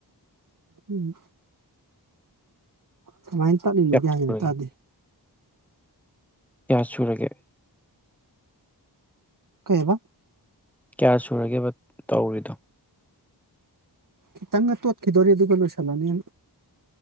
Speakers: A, on the right; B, in the centre.
A: ꯎꯝ ꯀꯃꯥꯏꯅ ꯇꯠꯂꯤꯅꯣ
B: ꯀꯌꯥ
A: ꯒꯌ꯭ꯥꯟꯒ
B: ꯁꯨꯔꯒꯦ
A: ꯇꯥꯗꯦ
B: ꯀꯌꯥ ꯁꯨꯔꯒꯦ
A: ꯀꯩꯕ
B: ꯀꯌꯥ ꯁꯨꯔꯒꯦꯕ ꯇꯧꯔꯤꯗꯣ
A: ꯈꯤꯇꯪꯒ ꯇꯣꯠꯈꯤꯗꯣꯔꯤ ꯑꯗꯨꯒ ꯂꯣꯏꯁꯤꯜꯂꯅꯤ